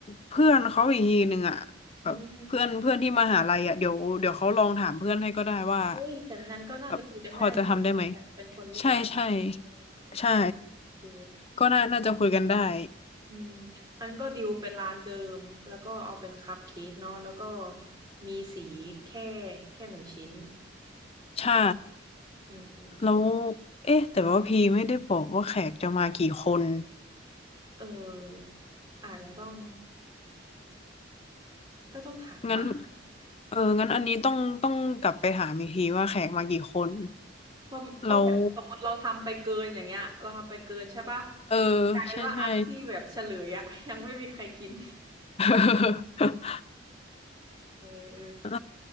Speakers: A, on the left; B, on the right.
A: เพื่อนเขาอีกทีหนึ่งอ่ะแบบเพื่อนเพื่อนที่มหาลัยอ่ะเดี๋ยวเดี๋ยวเขาลองถามเพื่อนให้ก็ได้ว่า
B: อืม เฮ้ย แต่นั้นก็น่าจะคุยกันง่ายนะ
A: แบบพอจะทำได้ไหม
B: เป็นคนรู้จัก
A: ใช่ใช่
B: โอ
A: ใช่
B: เค
A: ก็น่าน่าจะคุยกันได้
B: อืมอันก็ดิวเป็นร้านเดิมแล้วก็เอาเป็นคัพเค้กเนาะแล้วก็มีสีแค่แค่หนึ่งชิ้น
A: ใช่
B: อืมอืมอืม
A: แล้วเอ๊ะแต่ว่าพีไม่ได้บอกว่าแขกจะมากี่คน
B: เอออาจจะต้องก็ต้องถามอ่ะ
A: งั้นเอองั้นอันนี้ต้องต้องกลับไปถามอีกทีว่าแขกมากี่คน
B: เพราะเพราะแบบสมมติเราทำไปเกินอย่างเงี้ยเราทำไปเกินใช่ปะ
A: แล้วเออ
B: กลายเป็นว่าอันที่แบบเฉลยอ่ะยังไม่มีใครกิน
A: ใช่ใช่ <laughs>
B: เออ
A: เออ